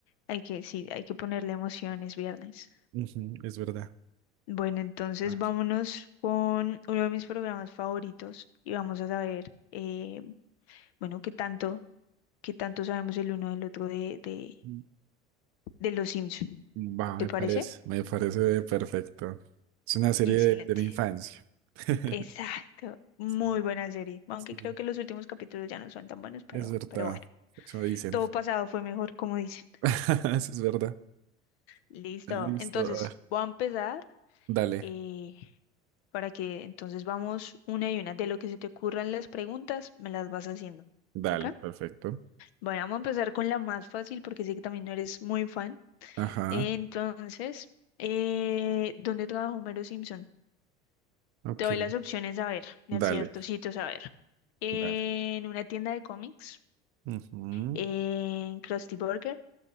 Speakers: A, on the left (about 65°); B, on the right (about 40°).
A: Hay que, sí, hay que ponerle emociones viernes.
B: Ujú, es verdad.
A: Bueno, entonces
B: A ver.
A: vámonos con uno de mis programas favoritos y vamos a saber, eh, bueno, qué tanto, qué tanto sabemos el uno del otro de, de,
B: Mm,
A: de Los Simpson.
B: Va,
A: ¿Te
B: me
A: parece?
B: parece, me parece perfecto. Es una serie
A: Excelente.
B: de, de mi infancia. <laughs>
A: Exacto. Muy
B: Sí,
A: buena serie. Aunque
B: sí.
A: creo que los últimos capítulos ya no son tan buenos, pero,
B: Es verdad,
A: pero bueno.
B: eso dicen.
A: Todo pasado fue mejor, como dicen.
B: <laughs> Eso es verdad.
A: Listo.
B: Listo.
A: Entonces,
B: a ver.
A: voy a empezar
B: Dale,
A: eh, para que entonces vamos una y una. De lo que se te ocurran las preguntas, me las vas haciendo.
B: dale,
A: ¿Ok?
B: perfecto.
A: Bueno, vamos a empezar con la más fácil porque sé que también no eres muy fan.
B: Ajá,
A: Entonces, eh, ¿dónde trabaja Homero Simpson?
B: ok.
A: Te doy las opciones a ver,
B: Dale,
A: de ciertos sitios a ver. En
B: dale.
A: una tienda de cómics,
B: Ujú,
A: en Krusty Burger,